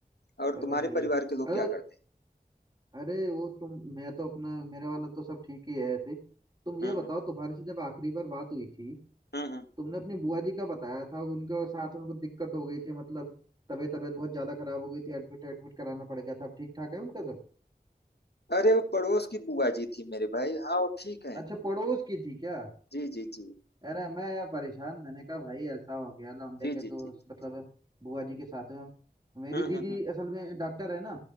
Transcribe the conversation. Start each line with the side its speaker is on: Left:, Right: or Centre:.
Left: और
Right: चलो
Left: तुम्हारे
Right: सही
Left: परिवार
Right: है।
Left: के लोग
Right: अरे
Left: क्या करते हैं
Right: अरे वो तुम मैं तो अपना मेरे वाला तो सब ठीक ही है ऐसे तुम ये
Left: हम्म
Right: बताओ
Left: हम्म
Right: तुम्हारे से जब आखिरी बार बात हुई थी
Left: हम्म हम्म।
Right: तुमने अपनी बुआ जी का बताया था उनके साथ में कुछ दिक्कत हो गई थी मतलब तबीयत तबीयत बहुत ज्यादा खराब हो गई थी एडमिट एडमिट कराना पड़ गया था अब ठीक ठाक है उनका सब
Left: अरे वो पड़ोस की बुआ जी थी मेरे भाई हाँ वो ठीक है
Right: अच्छा पड़ोस की थी क्या
Left: जी जी जी
Right: अरे मैं यार परेशान मैंने कहा भाई ऐसा हो गया लौंडे
Left: जी
Right: के
Left: जी
Right: दोस्त
Left: जी जी।
Right: मतलब बुआ जी के साथ में मेरी
Left: हम्म
Right: दीदी
Left: हम्म हम्म
Right: असल में डॉक्टर है ना